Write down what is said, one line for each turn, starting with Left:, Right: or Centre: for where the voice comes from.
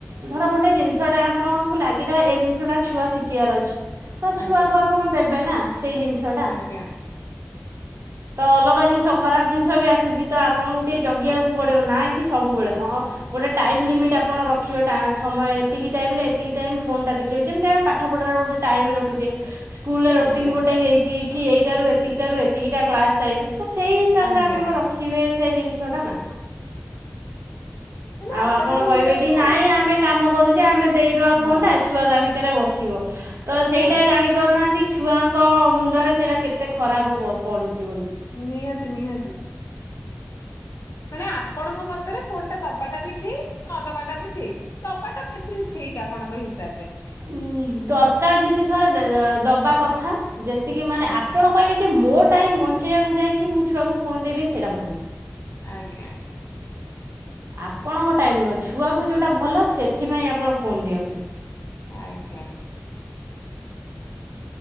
Right: ଧର ଗୋଟେ ଜିନିଷ ଟା ଆପଣଙ୍କୁ ଲାଗିିଲା ଏଇ ଜିନିଷଟା ଛୁଆ ଶିଖିବାର ଅଛି। ତ
Left: ଆଜ୍ଞା
Right: ଛୁଆକୁୁ ଆପଣ ଦେବେ ନା ସେଇ ଜିନିଷ ଟା।
Left: ଆଜ୍ଞା।
Right: ତ ଅଲଗା ଜିନିଷ ଖରାପ ଜିନିଷ ବି ଆସୁଛି ତ ଆପଣଙ୍କୁ ଟିକେ ଜଗିବାକୁ ପଡିବ ନା କି ସବୁବେଳେ ହଁ ଗୋଟେ ଟାଇମ ଲିମିଟ୍ ଆପଣ ରଖିବେ ସମୟ ଏତିକି ଟାଇମରେ ଏତିକି ଟାଇମ ଫୋନ ଟା ଦେଖିବେ ଯେମିତି ଆ ପାଠପଢ଼ାରେ ଗୋଟେ ଟାଇମ ରଖୁଛେ ସ୍କୁଲ ରୁଟିନ
Left: ଆଜ୍ଞା
Right: ଗୋଟେ ହେଇଛି କି ଏଇଟ ଏତିକିଟା ରୁ ଏତିକିଟା କ୍ଲାସ ଟାଇମ ତ ସେଇ ହିସାବରେ
Left: ଆଜ୍ଞା
Right: ଆପଣ ରଖିବେ ସେଇ ଜିନିଷ ଟା ନା
Left: ମାନେ
Right: ଆଉ
Left: ଆପଣଙ୍କ
Right: ଆପଣ କହିବେ
Left: ହିସାବରେ
Right: କି ନାଇଁ ଆମେ କାମ କରୁଛେ ଆମେ ଦେଇଦବା ଫୋନ
Left: ହଁ
Right: ଟା ଛୁଆ ତା ଭିତରେ ବସିବ। ତ ସେଇଟା
Left: ଆଜ୍ଞା।
Right: ଜାଣି ପାରୁନାହାନ୍ତି ଛୁଆଙ୍କ ମୁଣ୍ଡରେ ସେଇଟା କେତେ ଖରାପ ପ ପଢୁଛି ବୋଲି
Left: ନିହାତି ନିହାତି ମାନେ ଆପଣଙ୍କ ମତରେ ଫୋନ ଟା ଦବାଟା ବି ଠିକ ନ ଦବାଟା ବି ଠିକ ଦବାଟା ବେଶୀ ଠିକ ଆପଣଙ୍କ ହିସାବ ରେ
Right: ଉ ଦରକାର ଜିନିଷରେ ଦବା କଥା ଯେତିକି ମାନେ
Left: ଆଜ୍ଞା
Right: ଆପଣ କହିବେ ଆ ମୋ ଟାଇମ ବଞ୍ଚେଇବାକୁ ଯାଇକି ମୁଁ ଛୁଆକୁ ଫୋନ ଦେଇଦେବି ସେଟା ଭୁଲ
Left: ଆଜ୍ଞା ଆଜ୍ଞା।
Right: ଆପଣଙ୍କ ଟାଇମ୍ ନୁହ ଛୁଆଙ୍କୁ ଯେଉଁଟା ଭଲ ସେଥିପାଇଁ ଆପଣ ଫୋନ୍ ଦିଅନ୍ତୁ।
Left: ଆଜ୍ଞା।